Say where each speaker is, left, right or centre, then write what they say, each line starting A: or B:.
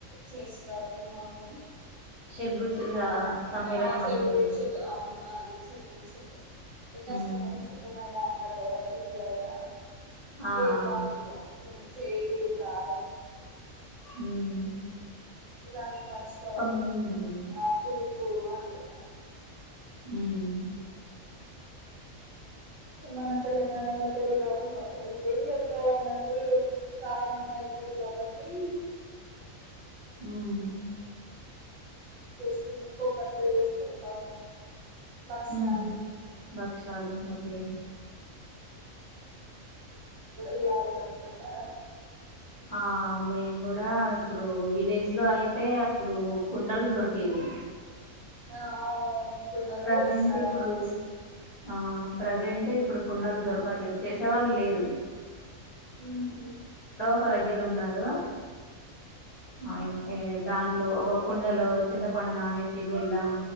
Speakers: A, on the right; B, on the left.
A: చేస్తంది మమ్మని
B: <unintelligible> సమ్మేళనం
A: ఆ చెడు
B: అంటారు
A: బీచుల్
B: కదా
A: అవును <unintelligible> కష్టమైన
B: ఉమ్
A: సుఖమైన అంటారు కదా తియ్యాగ
B: ఆ
A: వేపాకు
B: ఆ
A: చేదు కారం
B: హ్మ్
A: ఇలా అన్నీ పంచుకోవాలి
B: మీనింగ్ ఉంటుంది
A: అప్పులు చిన్నప్పులు
B: మ్మ్
A: మన తెలంగాణలో తెలుగు నామ సంవత్సరం ఇదేయ <unintelligible> త్తో అన్నట్టు ప్రారంభంమయి వస్తాది కాబట్టి
B: ఉమ్
A: చేసుకున్నాం బొబ్బట్లు చేసుకుంటాము భక్షాలు
B: ఉహు భక్షాలు ఓకే
A: ఇలా చెప్తుంటారా
B: ఆ మేయిన్ కూడా ఇప్పుడు విలేజ్ లో అయితే అప్పుడు కుండలు దొరికేవి
A: ఆ అవును అవును కుండలో
B: ప్రజెంట్
A: చేస్తారు
B: ఇప్పుడు
A: ఆల్మోస్ట్
B: ఆ ప్రజెంట్ ఇప్పుడు కుండలు దొరకట్లేవు చేసే వాళ్ళు లేరు
A: ఆహొ
B: ఒక్క దగ్గర ఉన్నారు అయితే దాంట్లో ఒక కుండలో చింతపండు నానేసి బెల్లం